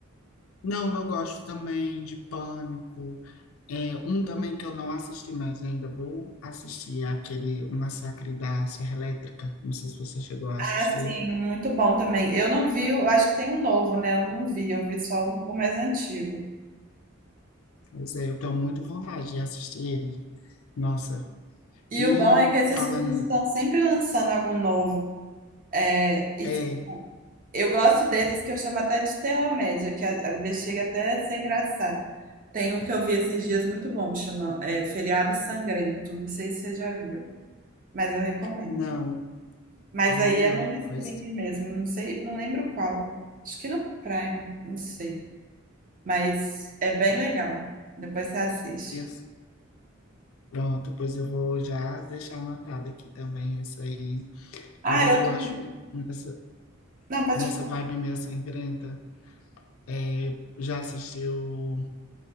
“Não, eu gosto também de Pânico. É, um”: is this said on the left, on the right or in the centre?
Left